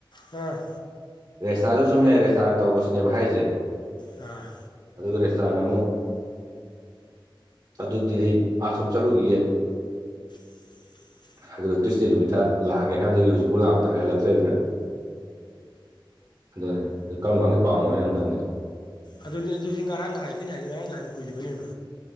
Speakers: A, on the left; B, on the right.
A: ꯑꯥ
B: ꯔꯦꯁꯁꯇꯥꯔꯁꯨ ꯁꯨꯝ ꯌꯥꯏ ꯔꯦꯁꯇꯥꯔꯅ ꯇꯧꯔꯣꯁꯤꯅꯦꯕ ꯍꯥꯏꯁꯦ
A: ꯑꯥ
B: ꯑꯗꯨꯒ ꯔꯦꯁꯇꯥꯅ ꯑꯃꯨꯛ ꯑꯗꯨꯗꯤ ꯑꯩ ꯆꯠꯨꯒꯤ
A: <unintelligible>
B: ꯑꯗꯨꯒ ꯇꯨꯏꯁꯗꯦ ꯅꯨꯃꯤꯠꯇ ꯂꯥꯛꯑꯒꯦ ꯍꯥꯏꯕꯗꯒꯤ ꯍꯧꯖꯤꯛꯐꯥꯎ ꯂꯥꯛꯇ꯭ꯔꯦ ꯍꯜꯂꯛꯇ꯭ꯔꯦꯗꯅ ꯑꯗꯨꯅꯤ ꯀꯔꯝ ꯀꯥꯟꯒꯤ ꯄꯥꯎꯅꯣꯩꯅꯣꯣꯟꯇꯪꯦꯗꯣ
A: ꯑꯗꯨ ꯑꯗꯨꯗꯤ ꯉꯔꯥꯡ ꯉꯥꯏꯍꯥꯏ ꯑꯩꯅ ꯍꯥꯏꯗꯤ ꯉꯔꯥꯡ ꯉꯥꯏꯍꯥꯏ ꯀꯨꯏꯕꯅꯦꯅ